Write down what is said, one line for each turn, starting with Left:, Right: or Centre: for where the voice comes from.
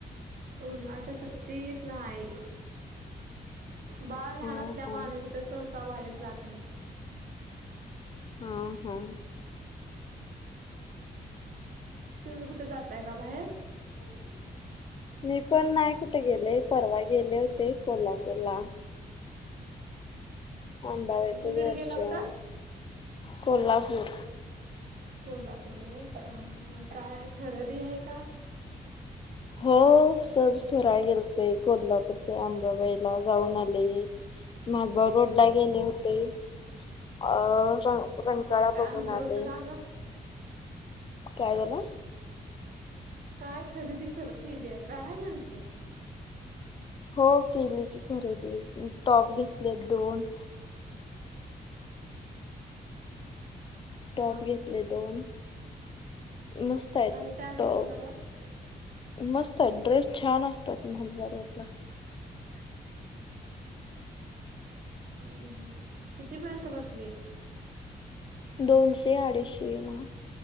Right: उन्हाळच्या सुट्टीत नाही. बाळ लहान
Left: हा
Right: असल्यामुळे
Left: हा
Right: आम्ही कुठे सहसा बाहेर जात नाही.
Left: हा हा.
Right: तुम्ही कुठे जाताय का बाहेर. क
Left: मी पण नाही कुठे गेले परवा गेले होते कोल्हापूर ला अंबाबाईचे
Right: कुणीकडे
Left: दर्शन
Right: गेला होता
Left: कोल्हापूर.
Right: कोल्हापूर व ह हा काय खरेदी आहे का
Left: हो सहज फिराय गेलते कोल्हापूरच्या अंबाबाईला जाऊन आले. मालभव रोड ला गेले होते अ रणकाळा
Right: हा काय
Left: बघून
Right: आणलं होतं
Left: आले.
Right: का म
Left: काय झालं.
Right: काय खरेदी केली काय म्हंटलंय.
Left: हो केली की खरेदी टॉप घेतले दोन. टॉप
Right: हा
Left: घेतले दोन मस्त आहेत
Right: आणि काय आणलं
Left: टॉप
Right: म्हणालात
Left: मस्त आहे ड्रेस छान असतात मदवा रोड ला.
Right: <unintelligible> ह् हम् कितीपर्यंत बसले.
Left: दोनशे अडीचशेला